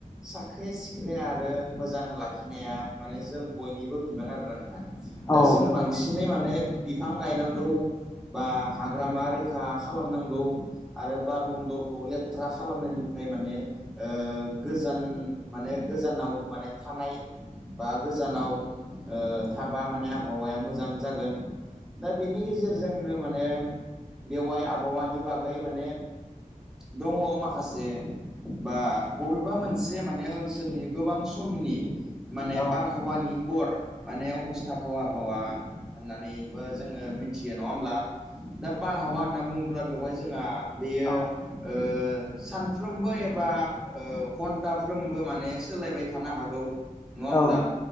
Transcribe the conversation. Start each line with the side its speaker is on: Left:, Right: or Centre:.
Centre: साख्रि सिख्रि आरो मोजां लाखिनाया माने जों बयनिबो बिबान आरोना नोंथां? दा
Left: औ
Centre: जों
Left: नंगौ
Centre: बांसिनै माने बिफां गायनांगौ। बा हाग्रामा रैखा खालामनांगौ। आरो बार मण्डलखौ लेथ्रा खालामनायनिफ्राय माने ओ गोजान माने गोजानाव माने थानाय। बा गोजानाव ओ थाबा माने आबहावाया मोजां जागोन। दा बेनि गेजेरजोंनो माने बेवाय आबहावानि बागै माने दङ माखासे बा बबेबा मोनसे माने ओनसोलनि गोबां समनि माने
Left: औ
Centre: बारहावानि गर माने अबस्थाखौ आबहावा होननानैबो जोङो मिथियो नङा होमब्ला? दा बारहावा होनना बुङोब्ला बेवहाय जोंहा बेयो
Left: औ
Centre: ओह सानफ्रोमबो एबा ओह घन्टाफ्रोमबो माने सोलायबाय थानो हागौ। नङा होमब्ला
Left: औ